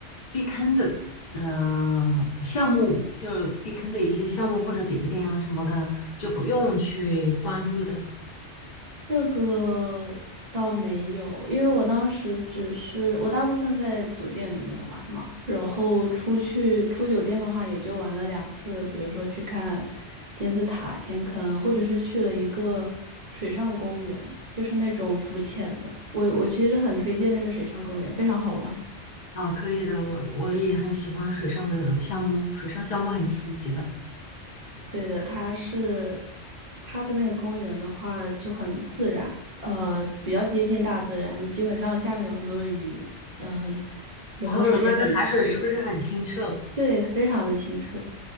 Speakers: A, on the left; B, on the right.
A: 避坑的呃项目，就是避坑的一些项目或者景点啊什么的，就不用去关注的
B: 这个倒没有，因为我当时只是我大部分在酒店里面玩嘛，然后出去出酒店的话，也就玩了两次，比如说去看金字塔、天坑，或者是去了一个水上公园，就是那种浮潜的。我我其实很推荐那个水上公园，非常好玩。
A: 啊，可以的。我我也很喜欢水上的项目，水上项目很刺激的。
B: 对的，它是它的那个公园的话就很自然，呃，比较接近大自然。你基本上下面有很多的雨，嗯、然后水也很清，
A: 然后那个海水是不是很清澈？
B: 对，非常的清澈。